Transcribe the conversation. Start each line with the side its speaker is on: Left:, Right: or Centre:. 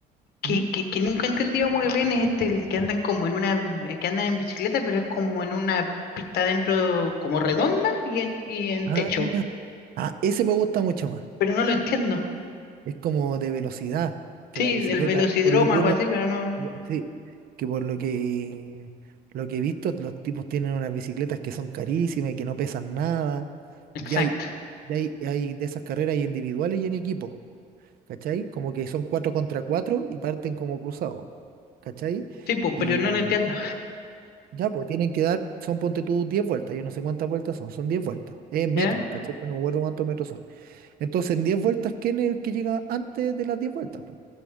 Left: que,
Right: ¿Mm?
Left: que, que nunca he entendido muy bien, es este, el que andan como en una, que andan en bicicleta, pero es como en una pista dentro, como redonda y en, y en
Right: Ah,
Left: techo.
Right: ah, ese me gusta mucho más.
Left: pero no lo entiendo.
Right: Es como de velocidad, que
Left: Sí,
Right: la bicicleta,
Left: el velocidromo,
Right: por lo que
Left: algo
Right: uno,
Left: así, pero no.
Right: sí, que por lo que lo que he visto, los tipos tienen unas bicicletas que son carísimas y que no pesan nada.
Left: Exacto.
Right: Ya hay, ya hay, hay de esas carreras hay individuales y en equipo. ¿cachai? Como que son cuatro contra cuatro y parten como cruzados, ¿cachai?
Left: Sí, pues,
Right: Y
Left: pero no lo entiendo.
Right: ya, pues tienen que dar, son ponte tú 10 vueltas, yo no sé cuántas vueltas son, son 10 vueltas, es en
Left: ¿Ya?
Right: metros, ¿cachai? Pero no me acuerdo cuántos metros son. Entonces, en 10 vueltas, ¿quién es el que llega antes de las 10 vueltas, po?